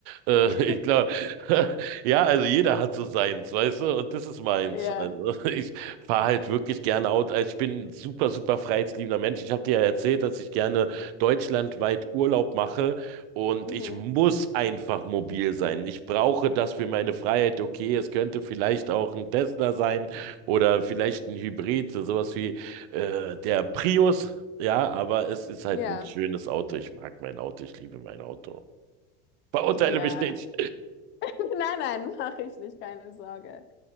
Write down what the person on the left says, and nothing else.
<laughs>
Ja.
Mhm.
Ja,
ja.
<laughs> Nein, nein, mache ich nicht, keine Sorge.